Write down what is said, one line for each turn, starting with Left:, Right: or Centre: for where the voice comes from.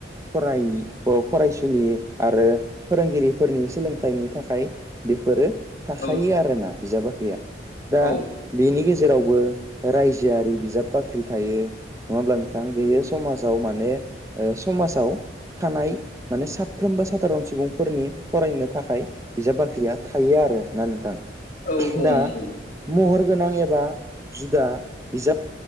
Right: फराय औ फरायसुलि आरो फोरोंगिरिफोरनि सोलोंथाइनि थाखाय बेफोरो
Left: औ
Right: थाखायो आरोना बिजाब बाख <unintelligible> दा
Left: औ
Right: बेनि गेजेरावबो रायजोआरि बिजाब बाख्रि थायो। नङा होमब्ला नोंथां बेयो समाजाव मान माने ओ समाजाव थानाय माने साफ्रोमबो सादारन सुबुंफोरनि फरायनो थाखाय बिजाब बाख्रिया थायो आरोना नोंथां। दा
Left: औ औ नंगौ
Right: महर। गोनां एबा जुदा बिजाब